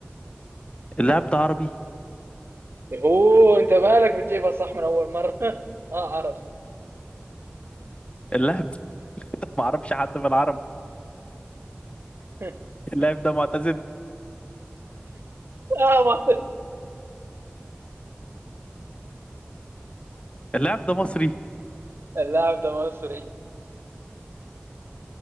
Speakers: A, on the left; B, on the right.
A: اللاعب ده عربي
B: هو انت مالك بتجيبها صح من اول مرة <laughs> اه عرفت
A: اللاعب ده <laughs> معرفش حد في العرب
B: <laughs>
A: اللاعب ده معتزل
B: آه
A: اللاعب ده مصري
B: اللاعب ده مصري